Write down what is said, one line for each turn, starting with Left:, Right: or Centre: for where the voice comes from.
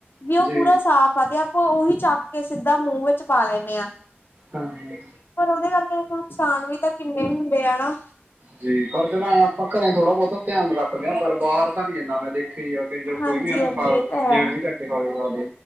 Left: ਵੀ ਉਹ
Right: ਜੀ
Left: ਪੂਰਾ ਸਾਫ ਆ ਤੇ ਆਪਾਂ ਉਹੀ ਚੱਕ ਕੇ ਸਿੱਧਾ ਮੂੰਹ ਵਿੱਚ ਪਾ ਲੈਂਦੇ ਆ।
Right: ਹਮ ਹਮ।
Left: ਪਰ ਉਹਦੇ ਕਰਕੇ ਦੇਖ ਨੁਕਸਾਨ ਵੀ ਤਾਂ ਕਿੰਨੇ ਹੁੰਦੇ ਆ ਨਾ।
Right: ਜੀ ਪਰ ਚਲਾਂ ਆਪਾਂ ਘਰੇ ਥੋੜ੍ਹਾ ਬਹੁਤਾ ਧਿਆਨ ਰੱਖਦੇ ਹਾਂ ਪਰ ਬਾਹਰ ਤਾਂ ਨੀ ਇਨਾ ਮੈਂ ਦੇਖਿਆ ਹੀ। ਜੋ
Left: ਹਾਂਜੀ
Right: ਕੋਈ ਵੀ ਹੈਾ
Left: ਹਾਂਜੀ
Right: ਖਾ
Left: ਇਹ ਤਾਂ ਹੈ
Right: ਜਿਵੇਂ ਵੀ ਚੱਕੇ ਖਾਵੇ ਖਾ